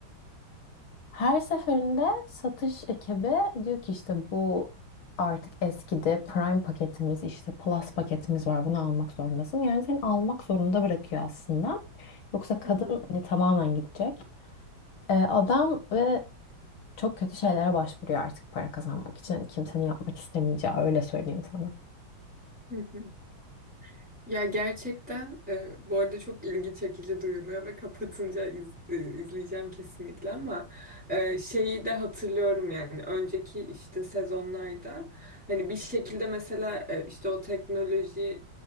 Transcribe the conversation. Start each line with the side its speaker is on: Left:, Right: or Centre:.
Left: Her seferinde satış ekibi diyor ki işte bu artık eskidi. Prime paketimiz işte Plus paketimiz var. Bunu almak zorundasın. Yani seni almak zorunda bırakıyor aslında. Yoksa kadın
Centre: <laughs>
Left: hani tamamen gidecek. Ee, adam ve çok kötü şeylere başvuruyor artık para kazanmak için. Hani kimsenin yapmak istemeyeceği öyle söyleyeyim sana.
Centre: Hı hı. Ya gerçekten e, bu arada çok ilgi çekici duyuluyor ve kapatınca iz- e, izleyeceğim kesinlikle ama e, şeyi de hatırlıyorum yani önceki işte sezonlarda hani bir şekilde mesela e, işte o teknoloji